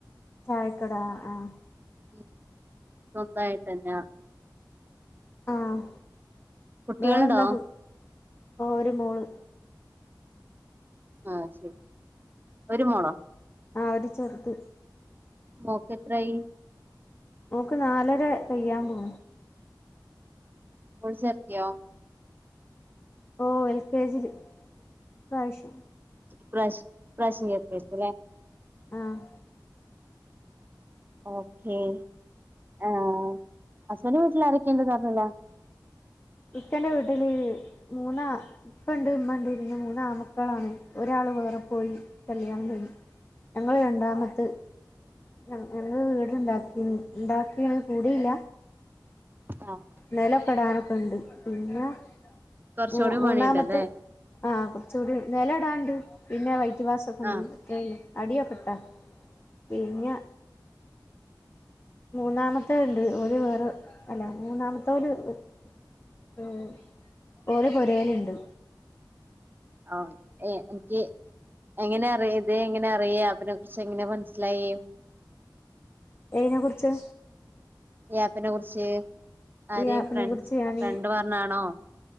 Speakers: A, on the left; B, on the right.
A: ചായക്കട ആഹ് ആഹ്
B: ഉം സ്വന്തായിട്ടന്ന
A: ആഹ്
B: കുട്ടികളുണ്ടോ
A: വേറെ എന്താ ഫു ഒരു മോള്
B: ആ ശരി ഒരു മോളോ
A: ആ ഒരു ചെറുത്
B: മോക്ക് എത്രായി
A: ഓക്ക് നാലര കയ്യാൻ പോ
B: ഒൾ ചെർക്കിയോ
A: ഓ എൽ കെ ജി പ്രാവശ്യം
B: പ്രശ് പ്രശ്ന എത്തസല്ലേ
A: ആഹ്
B: ഓക്കേ ആ അസല വീട്ടിൽ ആരൊക്കെയണ്ടന്ന് പറഞ്ഞില്ല
A: ഇക്കൻ്റെ വീട്ടില് മൂന്നാ ഇപ്പ ഉണ്ട് ഉമ്മ ഉണ്ട് പിന്നെ മൂന്ന് ആൺമക്കളാണ് ഒരാൾ വേറെ പോയി കല്യാണം കഴിഞ്ഞു ഞങ്ങള്ൾ രണ്ടാമത്തെ ഞങ്ങള് വീട്ണ്ടാക്കി ഉണ്ടാക്കിയത് കൂടിയില്ല
B: ആഹ് ശരി
A: നിലപെടാനൊക്കെുണ്ട് പിന്നെ മം
B: കുറച്ചുകൂടി
A: മം മൂന്നാമത്ത്
B: പണിയുണ്ടല്ലേ
A: ആഹ് കുറച്ച കൂടി നില ഇടാണ്ട് പിന്നെ വൈദ്യവാസം ഒക്കെ
B: ആ
A: ഉണ്ട് അടിയോപ്പെെട്ടോ പിന്നെ മൂന്നാമത്തെ ഉണ്ട് ഒരു വേറെ അല്ല മൂന്നാമത്തേല് പോല ആ ഓര പൊരയിലുണ്ട്
B: ആഹ് ഏ എനിക്ക് എങ്ങനെ അറിയ ഇതെ എങ്ങനെ അറിയാം അനെ കുറിച്ച് എങ്ങനെ മനസ്സിലായി
A: ഏതിനെക്കുറിച്ച്?
B: കുര്യാപ്പിനെ കുറിച്ച് ആര്
A: ഈ ആപ്പിനെ
B: ഫ്രണ്ട്
A: കുറിച്ച് ഞാന്
B: ഫ്രണ്ട് പറഞ്ഞാണോ